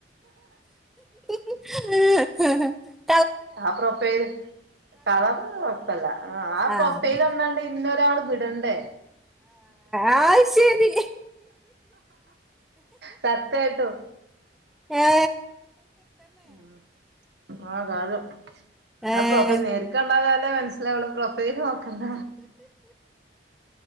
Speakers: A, in the centre; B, on the right.
A: <unintelligible>
B: ആഹ്, പ്രൊഫൈൽ കളറ് കൊഴപ്പല്ല, ആ പ്രൊഫൈലോന്നാണ്ട്
A: ആഹ്
B: പിന്നൊരാൾ വിടണ്ടേ
A: ആ ശരി
B: സത്യായിട്ടും
A: ഏ
B: ഹ്മ്മ്, ആഹ് കാല് <unintelligible>
A: ഏഹ്
B: നേരിക്കണ്ട കാല് മന ഇന്നവളു പ്രൊഫൈൽ നോക്കണ്ട